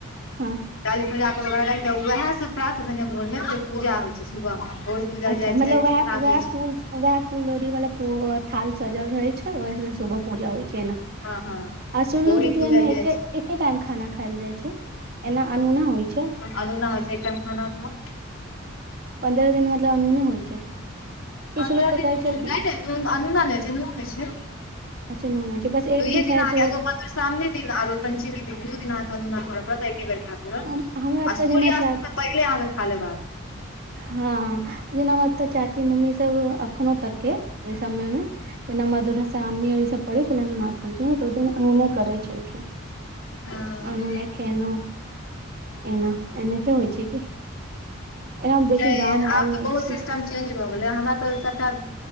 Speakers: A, on the right; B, on the left.
A: हँ
B: डाली सजा कऽा उएह सभ प्राप्त भने भोरमे फेर पूजा होइ छै सुबहमे भोर पूजल
A: अच्छा
B: जाइ
A: मतलब
B: छै गीतनाद
A: वएह वएह
B: होइ छै
A: फूल वएह फूलदोरी वाला थाल सजल रहे छै वह सुबह पूजा होइ छै एना
B: हँ हँ
A: आ सुनलहु
B: भोरी
A: दीदी
B: पूजल
A: एहिमे एक
B: जाइ छै
A: एके टाइम खाना खायल जाइ छै। एना अनूना होइ छै।
B: अलूना होइ छै एकदम खाना खा।
A: पन्द्रह दिन मतलब अनोने होइ छै। किछु
B: प
A: लोक
B: नहि
A: तऽ कहै छलखिन
B: नहि नून अनूना नहि हो छै नून होइ छै।
A: अच्छा नून होइ छै बस एक
B: दुये
A: शायद
B: दिन आ
A: ओ
B: गा घुमा फर सामने दिन आरो पञ्चमी दिन दू दिन अहाँके नूना करऽ पड़त एके बेर खाय पड़त
A: हम हमरा एतऽ
B: आ सूर्यास्त
A: जेना चा
B: तक पहिले अहाँके खा लेबाक।
A: हँ जेना मतब चाची मम्मी सब अखनो तक के ओहि समय मे। जेना मधुर साम ई सब पड़ै छले नागपञ्चमीमे तऽ ऊने करै छलखिन।
B: नहि
A: आनू ने खेल एना एने त होइ छै कि। एना हम बेसी
B: नहि
A: गाम आयल
B: आब तऽ
A: नहि
B: बहुत
A: छी
B: सिस्टम चेंज भए गेल हमरा तऽ सबटा